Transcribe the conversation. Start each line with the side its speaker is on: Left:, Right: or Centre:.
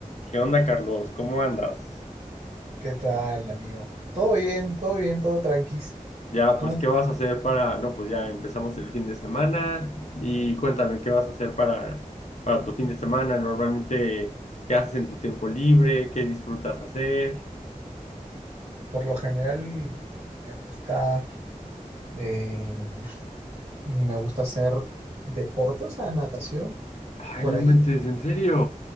Left: ¿Qué onda, Carlos? ¿Cómo andas?
Right: ¿Qué tal, amigo? Todo bien, todo bien, todo tranquis.
Left: Ya,
Right: Tú,
Left: pues, ¿qué vas a hacer para...? No, pues ya empezamos el fin de semana y cuéntame, ¿qué vas a hacer para, para tu fin de semana? Normalmente, ¿qué haces en tu tiempo libre? ¿Qué disfrutas hacer?
Right: por lo general, me gusta, eh, me gusta hacer deporte, o sea, natación,
Left: Ay,
Right: por
Left: no inventes,
Right: ahí.
Left: en serio.